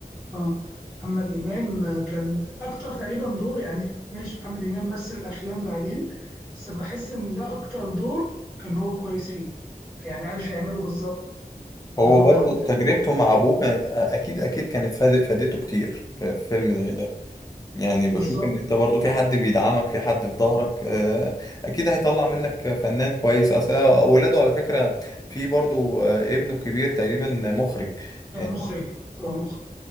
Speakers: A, in the centre; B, on the left.
A: اه محمد إمام آه، كان أكتر تقريبا دور يعني ماشي محمد إمام مثل أفلام بعدين بس بحس إن ده أكتر دور كان هو كويس فيه يعني عارف يعمله بالظبط
B: هو
A: اللي هو
B: برضو
A: ال-
B: تجربته مع ابوه كانت اكيد اكيد كانت فاد- فادته كتير في في فيلم زي ده يعني
A: بالظبط
B: بشوف ان انت برضو في حد بيدعمك في حد في ظهرك آه، اكيد هيطلع منك فنان كويس اصل اولاده على فكرة في برضو آه، ابنه الكبير تقريبا مخرج
A: آه،
B: يعني
A: مخرج هو مخرج